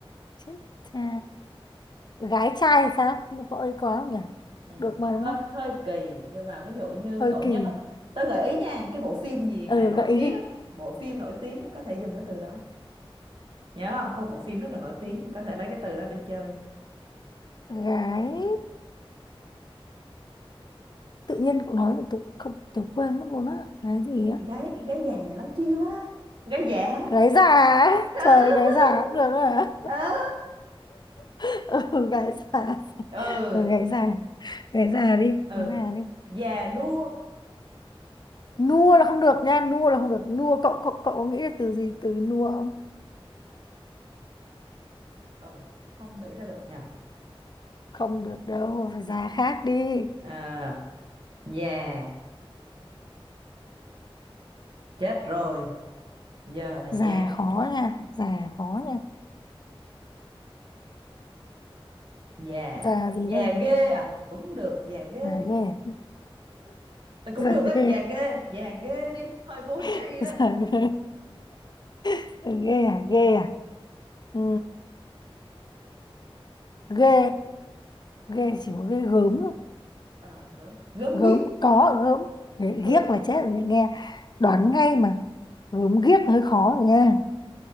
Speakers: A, on the left (about 50°); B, on the right (about 60°).
A: chết cha gái trai thì sao Nó có ấy có không nhỉ
B: Ừ,
A: được mà đúng
B: hơi
A: không
B: hơi kỳ nhưng mà ví dụ như
A: hơi
B: cậu
A: kỳ
B: nhớ tớ gợi ý nha cái bộ phim gì
A: ờ
B: mà nổi
A: gợi ý
B: tiếng
A: đi
B: á, bộ phim nổi tiếng á, có thể dùng cái từ đó nhớ không có một bộ phim rất là nổi tiếng có thể lấy cái từ đó để chơi
A: gái tự nhiên cậu nói thì tôi không tôi quên mất luôn á gái gì á
B: gái gái già này lắm chiêu á gái già
A: gái già á.
B: ừ
A: trời gái già cũng được à
B: <laughs> ừ
A: <laughs> ừ, gái già
B: ừ
A: ừ, gái già gái già đi
B: ừ
A: gái già đi
B: già nua
A: nua là không được nha nua là không được nua cậu cậu cậu có nghĩ là từ gì từ nua không
B: ừ không nghĩ ra được nhờ
A: không được đâu phải già khác đi
B: à già chết rồi giờ là già
A: già khó nha già khó nha
B: già
A: già gì
B: già
A: đây
B: ghê à cũng được già ghê
A: già
B: thì cũng
A: ghê à?
B: Là cũng
A: già
B: được á,
A: ghê
B: già ghê, già ghê đi, hơi vô
A: <laughs>
B: tri đấy.
A: già ghê <laughs> ghê à ghê à ừ. ghê ghê chỉ có ghê gớm thôi.
B: Ờ, gớm, gớm
A: gớm
B: ghiếc.
A: có ở gớm Ghê-
B: Ừ.
A: ghiếc là chết rồi nghe đoán ngay mà gớm ghiếc hơi khó rồi nha